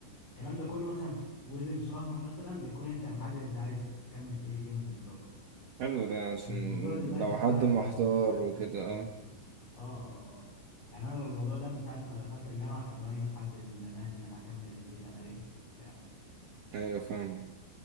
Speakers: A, on the left; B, on the right.
A: الكلام ده كله مثلا في وزن شهر مثلا بتكون انت محدد انت عايز تكمل في ايه فيهم بالظبط
B: حلو ده عشان
A: الموضوع دلوقتي
B: لو
A: اختلف
B: حد محتار
A: عن مثلا
B: وكده
A: ثلاث سنين
B: اه
A: ولا- اه اه آه. يعني انا الموضوع ده من ساعه ما دخلت الجامعه كان زماني محدد من زمان ان انا هكمل ديتا اناليتكس وبتاع
B: ايوه فاهم